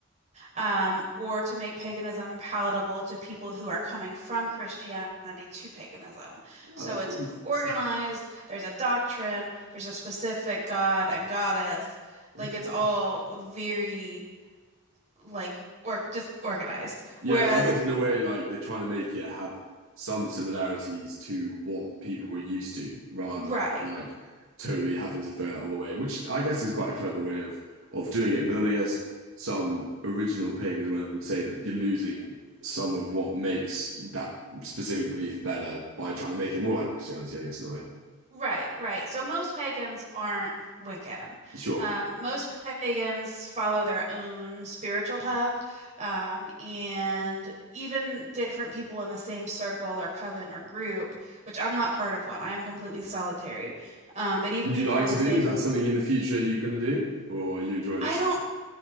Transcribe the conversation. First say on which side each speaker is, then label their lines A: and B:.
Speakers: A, on the right; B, on the right.
A: um, or to make paganism palatable to people who are coming from Christianity to paganism. So
B: Oh, that
A: it's
B: seems,
A: organized,
B: seems-
A: there's a doctrine, there's a specific god and goddess. Like
B: yeah.
A: it's all very like or just organized.
B: Yeah,
A: Whereas
B: well, I guess in a way, like they're trying to make it have some similarities to what people were used to, rather
A: Right,
B: than just like totally having to throw it all away, which I guess is quite a clever way of of doing it. But then I guess some original pagans or whatever would say that you're losing some of what makes that specific belief better by trying to make it more like Christianity, I guess, in a way.
A: right, right. So most pagans aren't Wiccan.
B: Sure.
A: Um, most pagans follow their own spiritual path, um, and even different people in the same circle or coven or group, which I'm not part of one. I am completely solitary. Um, but even
B: Would
A: people
B: you like
A: in
B: to
A: the
B: be?
A: same,
B: Is that something in the future you're going to do, or are you enjoying
A: I
B: this?
A: don't,